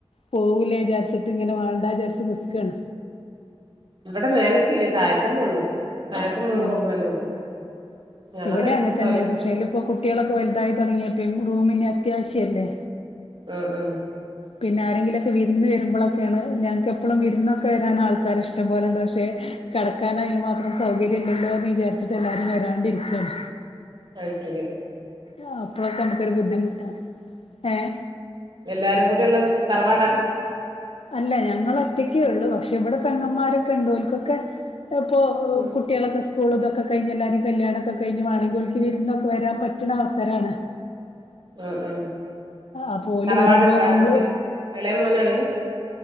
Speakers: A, on the left (about 80°); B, on the right (about 50°).
A: പോവൂലെ വിചാരിചിട്ട് ഇങ്ങനെ വേണ്ട വിചാരിച്ച് നിക്കാണ്
B: ഇവിടെ മേലക്കില്ല താഴത്തന്നെ ഉള്ളൂ താഴത്തെ മൂന്ന്
A: ആഹ്
B: റൂം തന്നെ ഉള്ളൂ ഞങ്ങള്
A: ഇവിടെ
B: അടിച്ചു
A: അങ്ങനെ
B: ഇപ്രാവശ്യം
A: തന്നെ പക്ഷെ ഇയിലിപ്പോ കുട്ടികളൊക്കെ
B: ഉം
A: വലുതായി തുടങ്ങിയപ്പേഴും റൂമിനി അത്യാവശ്യല്ലേ
B: ഉം ഉം
A: പിന്നെ ആരെങ്കിലൊക്കെ വിരുന്ന് വരുമ്പൊളൊക്കെയാണ് ഞങ്ങക്ക് എപ്പളും വിരുന്ന നമ്മക്ക് വരാൻ ആൾക്കാര് ഇഷ്ടം പോലുണ്ട് പക്ഷെ കടക്കൻ അതിന് മാത്രം സൗകര്യഇല്ലല്ലോ എന്ന് വിചാരിച്ചു <unintelligible> എല്ലാരും വരാണ്ടിരിക്കാണ്
B: അഹ് ശെരി
A: ആഹ് അപ്പൊളൊക്കെ നമ്മക്കൊരു ബുദ്ധിമുട്ടാണ് ഏഹ്
B: എല്ലാരും കൂടി ഉള്ള തറവാടാ
A: അല്ല ഞങ്ങള് ഒറ്റക്കേഉള്ളു പക്ഷെ ഇവിടെ പെങ്ങന്മാരൊക്കെ ഉണ്ട് ഓൾക്കൊക്കെ അപ്പൊ
B: ഉം
A: കുട്ടികളൊക്കെ സ്‌കൂൾ സ്കൂളിതൊക്കെ കഴിഞ്ഞ് എല്ലാരും കല്യാണം ഒക്കെ കഴിഞ്ഞു വേണോങ്കി ഓൾക്ക് വിരുന്ന് ഒക്കെ വരാൻ പറ്റണ അവസരം ആണ്
B: ആഹ് ആഹ്
A: അപ്പൊ ഓല്
B: തറവാടിണ്ടാ
A: വരുമ്പോ ഞമ്മള്
B: അടുത്ത് എളയ മോനാണ്